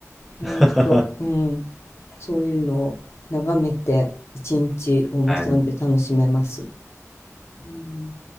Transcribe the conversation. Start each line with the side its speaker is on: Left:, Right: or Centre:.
Left: ほんと、
Centre: <laughs>
Left: うん。そういうのを眺めて、一日お馬さんで楽しめます。
Centre: はい。
Left: うん